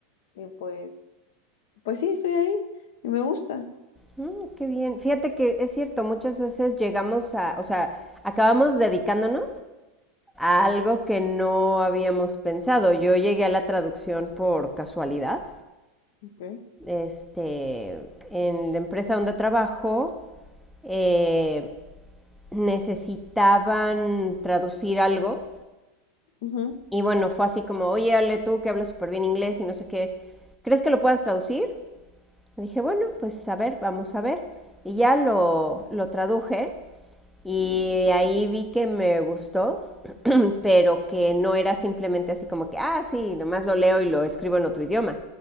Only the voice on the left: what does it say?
Y pues, pues sí, estoy ahí y me gusta.
Ok.
Ujú.